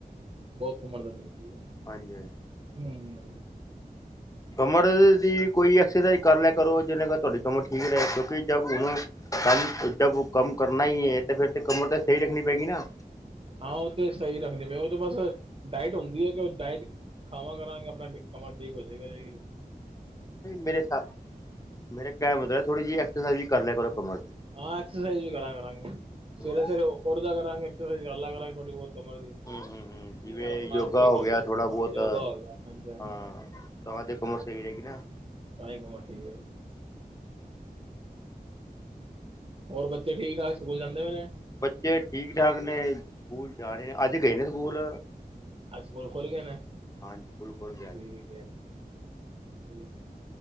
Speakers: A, on the right; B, on the left.
A: ਬਹੁਤ ਕਮਰ ਦਰਦ ਹੁੰਦੀ ਐ,
B: ਹਾਂਜੀ ਹਾਂਜੀ
A: ਹੂੰ।
B: ਕਮਰ ਦਰਦ ਦੀ ਕੋਈ ਐਕਸਰਸਾਈਜ਼ ਕਰ ਲਿਆ ਕਰੋ, ਜਿਵੇਂ <unintelligible> ਤੁਹਾਡੀ ਕਮਰ ਠੀਕ ਰਹੇ ਕਿਉਂਕਿ ਜਬ ਹੁਣ ਕੰਮ ਜਬ ਓ ਕੰਮ ਕਰਨਾ ਹੀ ਐ ਤੇ ਫੇਰ ਤੇ ਕਮਰ ਤਾਂ ਸਹੀ ਰੱਖਣੀ ਪਏਗੀ ਨਾ।
A: ਹਾਂ ਉਹ ਤੇ ਸਹੀ ਰੱਖਣੀ ਪਏ, ਉਹ ਤਾਂ ਬਸ ਡਾਇਟ ਹੁੰਦੀ ਐ ਕਿ ਉਹ ਡਾਇਟ ਖਾਵਾਂ ਕਰਾਂਗੇ ਆਪਣਾ ਕਮਰ ਠੀਕ ਹੋ ਜੇ ਕਰੇਗੀ।
B: ਮੇਰੇ ਸਾਬ ਮੇਰੇ ਕਹਿ ਮਤਲਬ ਥੋੜੀ‌ ਜੀ ਐਕਸਰਸਾਈਜ਼ ਵੀ ਕਰ ਲਿਆ ਕਰੋ ਕਮਰ ਦੀ।
A: ਹਾਂ ਐਕਸਰਸਾਈਜ਼ ਵੀ ਕਰਾਂ ਕਰਾਂਗੇ, ਸਵੇਰੇ-ਸਵੇਰੇ
B: ਹਮ
A: ਉੱਠ ਜਿਆ ਕਰਾਂਗੇ ਐਕਸਰਸਾਈਜ਼ ਕਰਲਿਆ ਕਰਾਂਗੇ ਥੋੜ੍ਹੀ ਬਹੁਤ। ਕਮਰ ਦੀ
B: ਹਮ ਜਿਵੇਂ
A: ਹੋਰ ਆਪਣਾ
B: ਯੋਗਾ
A: ਆਪ ਫਿਟ ਹੋ
B: ਗਿਆ
A: ਜੇਗਾ
B: ਥੋੜਾ ਬਹੁਤ
A: ਯੋਗਾ ਹੋ ਗਿਆ, ਹਾਂਜੀ ਹਾਂਜੀ।
B: ਹਾਂ ਤਾਂ ਤੇ ਕਮਰ ਸਹੀ ਰਏਗੀ ਨਾ।
A: ਤਾਂਹੀ ਕਮਰ ਠੀਕ ਰਹੇਗੀ। ਹੋਰ ਬੱਚੇ ਠੀਕ-ਠਾਕ ਸਕੂਲ ਜਾਂਦੇ ਪ‌ਏ ਨੇ?
B: ਬੱਚੇ ਠੀਕ-ਠਾਕ ਨੇ, ਸਕੂਲ ਜਾ ਰਹੇ ਆ ਅੱਜ ਗਏ ਨੇ ਸਕੂਲ।
A: ਅੱਜ ਸਕੂਲ ਖੁੱਲ ਗਏ ਨੇ,
B: ਸਕੂਲ ਖੁੱਲ ਗਿਆ
A: ਠੀਕ ਐ। ਹੂੰ